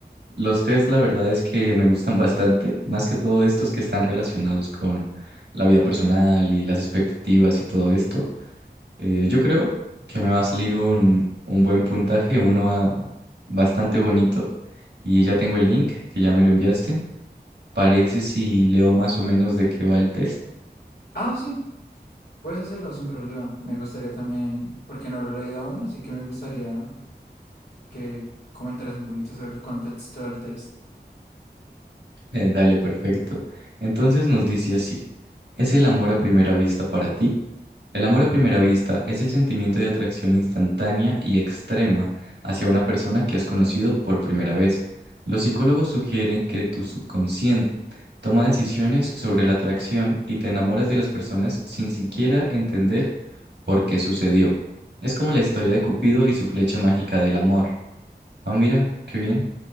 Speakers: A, on the right; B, on the left.
A: los test, la verdad es que me gustan bastante, más que todo estos que están relacionados con la vida personal y las expectativas y todo esto. Eh, yo creo que me va a salir un, un buen puntaje, uno ah, bastante bonito y ya tengo el link que ya me lo enviaste. Parece si leo más o menos de qué va el test.
B: Ah, sí, puedes hacerlo sin problema. Me gustaría también, porque no lo he leído aún, así que me gustaría que comentaras un poquito sobre el contexto del test.
A: Eh, dale, perfecto. Entonces nos dice así, ¿es el amor a primera vista para ti? El amor a primera vista es el sentimiento de atracción instantánea y extrema hacia una persona que has conocido por primera vez. Los psicólogos sugieren que tu subconsciente toma decisiones sobre la atracción y te enamoras de las personas sin siquiera entender por qué sucedió. Es como la historia de Cupido y su flecha mágica del amor. Ah, mira, qué bien.